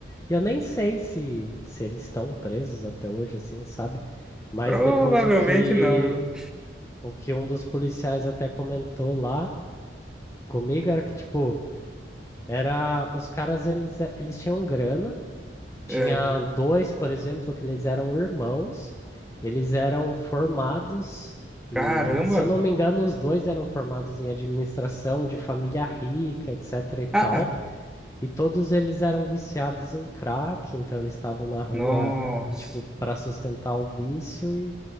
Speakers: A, on the left; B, in the centre.
A: E eu nem sei se, se eles estão presos até hoje, assim, sabe? Mas
B: Provavelmente
A: depois o que,
B: não, viu?
A: o que um dos policiais até comentou lá comigo era que, tipo, Era, os caras, eles, eles tinham grana. Tinha
B: É.
A: dois, por exemplo, que eles eram irmãos. Eles eram formados em,
B: Caramba.
A: se eu não me engano, os dois eram formados em administração de família rica, etc e tal.
B: Ah, ah.
A: E todos eles eram viciados em crack, então eles estavam na rua,
B: Nossa.
A: tipo, para sustentar o vício e